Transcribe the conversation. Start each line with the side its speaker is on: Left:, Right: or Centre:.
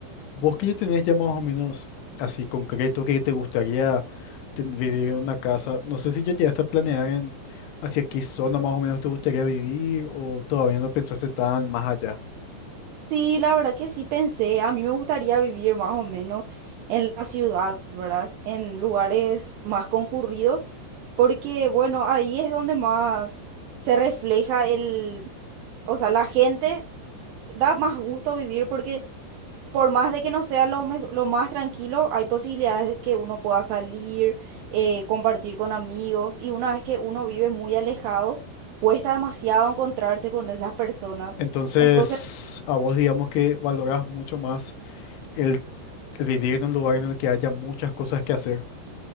Left: vos que ya tenés ya más o menos así concreto que te gustaría ten- vivir en una casa, no sé si ya llegaste a planear en hacia qué zona más o menos te gustaría vivir o todavía no pensaste tan más allá.
Right: Sí, la verdad que sí pensé, a mí me gustaría vivir más o menos en la ciudad, ¿verdad? En lugares más concurridos, porque bueno, ahí es donde más se refleja el O sea, la gente da más gusto vivir porque por más de que no sea lo, mej- lo más tranquilo, hay posibilidades de que uno pueda salir, eh, compartir con amigos y una vez que uno vive muy alejado, cuesta demasiado encontrarse con esas personas.
Left: Entonces,
Right: Entonces,
Left: a vos digamos que valorás mucho más el, el vivir en un lugar en el que haya muchas cosas que hacer.